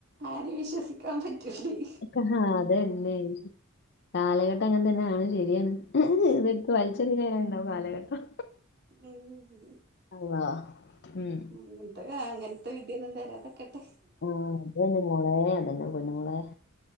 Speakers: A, on the right (about 50°); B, on the left (about 55°).
A: ആരേം വിശ്വസിക്കാൻ പറ്റൂല്ലേ
B: കഹ അതന്നെ കാലഘട്ടം അങ്ങനെ തന്നെ ആണ് ശരിയാണ് ഉം ഇതെടുത്ത് വലിച്ച് <unintelligible> ഉണ്ടാവും കാലഘട്ടം
A: ഉം ഉം
B: അള്ളാ ഉം
A: അങ്ങൻത്തരാ അങ്ങൻത്തെ വിധിയൊന്നും തരാതൊക്കട്ടെ
B: ഓഹ് അതന്നെ മോളെ അതന്നെ പൊന്നുമോളെ